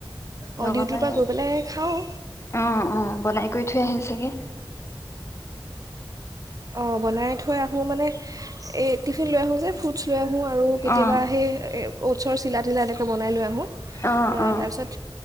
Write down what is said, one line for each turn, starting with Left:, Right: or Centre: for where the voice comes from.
Right: অঁ
Left: লগপাই
Right: ডিউটিৰ পৰা গৈ পেলাই খাওঁ
Left: অ উ বনাই কৰি থৈ আহি ছেগে
Right: অ বনাই থৈ আহো মানে, এই টিফিন লৈ আহো যে ফ্ৰুটছ লৈ আহো হো আৰু কেতিয়াবা
Left: অ
Right: হেই এ অউটচছৰ চিলা তিলা দে বনাই লৈ আহোঁ
Left: অ
Right: আ
Left: অ
Right: তাপিছত